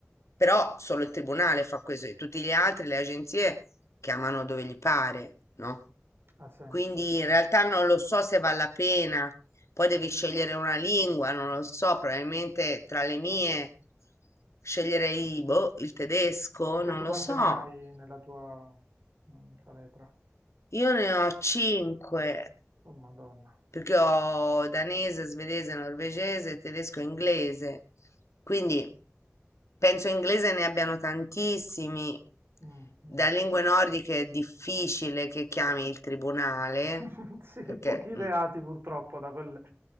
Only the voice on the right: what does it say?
ha senso,
ha senso.
Perché
tu
quante
ne hai nella tua no, faretra?
Oh Madonna.
Mm, mm.
<laughs> Sì,
pochi reati
purtroppo da quel...